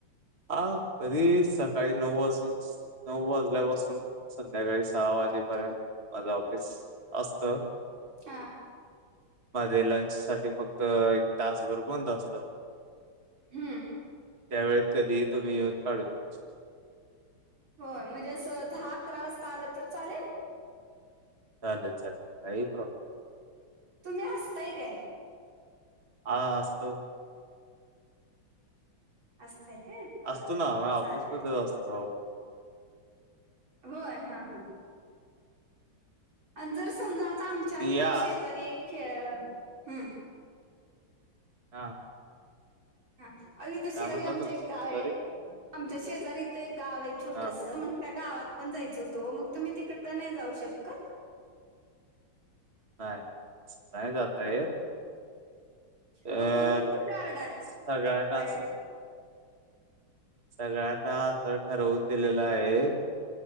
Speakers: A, on the right (about 30°); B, on the right (about 70°).
A: हा,, कधीही सकाळी नऊ वाजून, नऊ वाजल्यापासूनऽ संध्याकाळी सहा वाजेपर्यंत माझं ऑफिस असत.
B: हां
A: मध्ये लंच साठी फक्त एक तासभर बंद असत.
B: हम्म
A: त्यावेळेस कधी तुम्ही येऊन काढू शकता
B: होय म्हणजे असं दहा अकरा वाजता आलं तर चालेल.
A: चालेल चालेल काही प्रॉब्लेम
B: तुम्ही असताय काय?
A: हा हसतो.
B: असतय काय बर
A: असतो ना आम्ही ऑफिसमध्येच
B: चालेल चालेल.
A: असतो.
B: होय हा हा. आणि जर समजा आता आमच्या
A: तुम्ही
B: हथं
A: या
B: शेजारी एक खेळ हम्.
A: हा
B: हा अ इथं
A: काय
B: शेजारी
A: म्हणला
B: आमच
A: तुमची
B: एक गाव
A: शेजारी
B: आहे आमच्या शेजारी इथं एक गाव आहे छोटस
A: हा
B: त्या गावात पण जायच होतो मग तुम्ही तिकड नाही जाऊ शकत.
A: नाही नाही जाता येत. अ
B: अहो भरपूर कार्ड
A: सगळ्यांना
B: आहेत
A: असं सगळ्यांना असं ठरवून दिलेलं आहे.